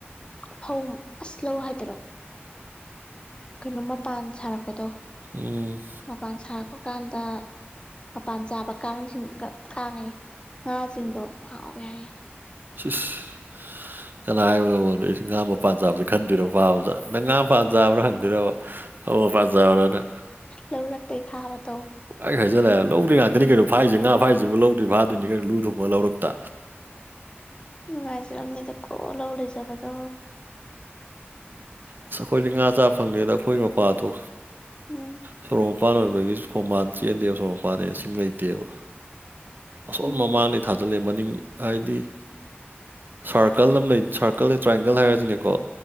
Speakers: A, on the left; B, on the right.
A: ꯐꯧ ꯑꯁ ꯂꯧ ꯍꯥꯏꯗꯣꯏꯔꯣ ꯀꯩꯅꯣ ꯃꯄꯥꯟ ꯁꯥꯔꯛꯄꯗꯣ
B: ꯎꯝ
A: ꯃꯄꯥꯟ ꯁꯥꯔꯛꯄ ꯀꯥꯟꯗ ꯃꯄꯥꯟ ꯆꯥꯕ ꯀꯥꯡꯁꯤꯡꯒ ꯀꯥꯡꯑꯌ‌ꯦ ꯉꯥꯁꯤꯡꯗꯣ ꯍꯥꯎꯋ‌ꯦ ꯌꯥꯏꯌꯦ
B: ꯁꯏꯁ ꯀꯅꯥ ꯍꯥꯏꯕ ꯅꯪꯉꯣꯟꯗ ꯑꯩꯁ ꯉꯥ ꯃꯄꯥꯟ ꯆꯥꯕꯕꯁꯤ ꯈꯟꯗꯣꯏꯔꯣ ꯐꯥꯕꯗ ꯅꯪ ꯉꯥ ꯄꯟꯕ ꯆꯕꯔꯥ ꯍꯪꯗꫭꯏꯔꯕ ꯐꯧꯃꯥꯄꯟ ꯆꯕꯔꯥꯅ
A: ꯂꯧꯔꯛꯇꯩ ꯐꯥꯕ ꯇꯧ
B: ꯄꯪꯘꯘꯍꯥꯏꯖꯤꯜꯂꯛꯑꯦ ꯂꯧꯗꯩꯏ ꯉꯥꯛꯇꯅꯤ ꯀꯩꯅꯣ ꯐꯥꯏꯁ‌ꯦ ꯉꯥ ꯐꯥꯏꯁꯤꯕꯨ ꯂꯧꯗꯩꯏ ꯐꯥꯗꯣꯏꯅꯤ ꯀꯩꯅꯣ ꯂꯨ ꯊꯣꯡꯉꯒ ꯂꯧꯔꯛꯇ
A: ꯅꯨꯡꯉꯥꯏꯖꯝꯅꯤꯗ ꯀꯣ ꯂꯧ ꯂꯩꯖꯕꯗꯣ
B: ꯑꯁ ꯑꯩꯈꯣꯏꯗꯤ ꯉꯥ ꯆꯥ ꯐꯪꯗꯦꯗ ꯑꯩꯈꯣꯏ ꯃꯄꯥꯗꯣ
A: ꯎꯝ
B: ꯁꯣꯔꫭꯛ ꯃꯄꯥꯟ ꯑꯣꯏꯕꯒꯤꯁꯨ ꯈꯣꯡꯕꯥꯟ ꯆꯦꯟꯗꯦ ꯁꯣꯔꫭꯛ ꯃꯄꯥꯟꯅꯦꯅ ꯏꯁꯤꯡ ꯂꯩꯇꯦꯕ ꯑꯁꯣꯝ
A: ꯎꯝ
B: ꯃꯃꯥꯡꯗꯩ ꯊꯥꯖꯤꯜꯂꯦ ꯃꯅꯤꯡ ꯍꯥꯏꯗꯤ ꯁꯥꯔꯀꯜ ꯑꯃ ꯂꯩ ꯁꯥꯔꯀꯜꯒꯤ ꯇ꯭ꯔꯥꯏꯌꯦꯡꯒꯜ ꯍꯥꯏꯔꯁꯤꯅꯦꯀꯣ